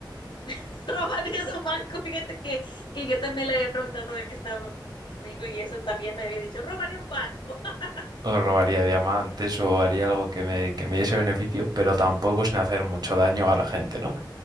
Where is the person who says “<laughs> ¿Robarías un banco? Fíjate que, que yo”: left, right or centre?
Left